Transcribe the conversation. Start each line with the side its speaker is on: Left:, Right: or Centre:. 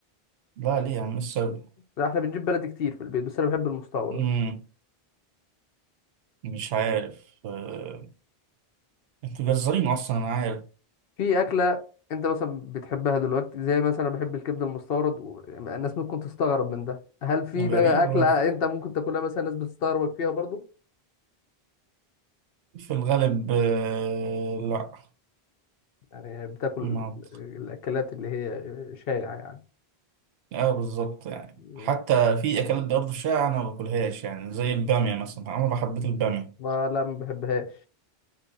Right: لا ليه يا عم السبب؟
Left: لا احنا بنجيب بلدي كتير في البيت بس انا بحب المستورد
Right: مم. مش عارف آه، انتوا جزارين أصلا أنا عارف
Left: في اكله انت مثلا بتحبها دلوقتي زي مثلا انا بحب الكبده المستورد و- الناس ممكن تستغرب من ده هل في
Right: غريبة
Left: بقى اكله انت ممكن تاكلها مثلا الناس بتستغربك فيها برضو
Right: في الغالب آه، لا
Left: يعني بتاكل
Right: ما
Left: الاكلات اللي هي شائعه يعني
Right: اه بالظبط يعني
Left: مم.
Right: حتى في اكلات برضه شائعة انا ما باكلهاش يعني زي البامية مثلا عمري ما حبيت البامية
Left: ما لا ما بحبهاش